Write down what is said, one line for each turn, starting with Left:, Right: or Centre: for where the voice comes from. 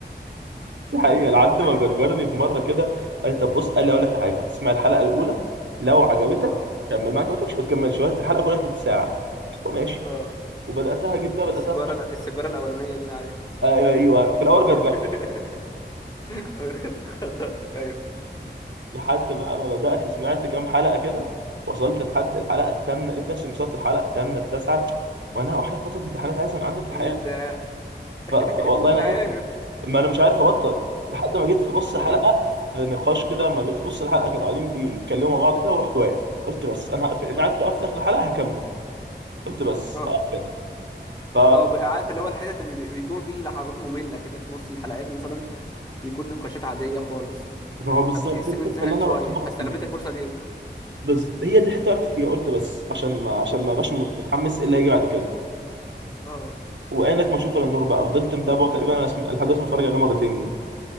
Right: دي حقيقة لحد ما
Left: <laughs>
Right: جرجرني في مرة كده قال لي طب بص قال لي أقول لك على حاجة تسمع الحلقة الأولى لو عجبتك
Left: اه
Right: كمل ما عجبتكش ما تكملش وقت الحلقة كلها تلت ساعة قلت له ماشي
Left: اه
Right: وبدأتها جيت بقى بدأتها
Left: السيجارة
Right: في مصر.
Left: لا السيجارة الأولانية دي أنا عارف
Right: آه، أيوه في الأول
Left: <laughs>
Right: جرجرت
Left: أول خدت خضرتك <laughs> أيوه
Right: لحد بقى ما بدأت سمعت كام حلقة كده وصلت لحد الحلقة الثامنة لقيت نفسي وصلت الحلقة الثامنة التاسعة وأنا وإحنا في فترة امتحانات عايز من عندي امتحان
Left: إيه ده
Right: ف... ف...
Left: <laughs>
Right: والله
Left: مش
Right: أنا
Left: عارف
Right: فاكر ما انا مش عارف ابطل لحد ما جيت في نص
Left: اه
Right: حلقه في نقاش كده ما بي... في نص الحلقه كانوا قاعدين بيتكلموا مع بعض كده ورحت واقف قلت بس انا هقفل اللي
Left: اه
Right: عارف لو وقفت اخر الحلقه هكمل قلت بس
Left: اه
Right: هقف هنا ف
Left: اه بقى عارف اللي هو الحتت اللي بي- بيكون فيه لحظات مملة كده في نص الحلقات مثلا بيكون نقاشات عادية خالص
Right: ما هو بالظبط
Left: فبتحس
Right: دي الحته
Left: إن أنت زهقان
Right: اللي انا
Left: شوية
Right: رحت موقف
Left: فاستغلت
Right: فيها
Left: الفرصة دي أنت
Right: بز... هي دي الحته اللي وقفت فيها قلت بس عشان ما عشان ما ابقاش متحمس إيه اللي هيجي بعد كده
Left: اه
Right: وعينك ما اشوف الا النور بقى فضلت متابعه تقريبا انا اسم- لحد دلوقتي متفرج عليه مرتين يعني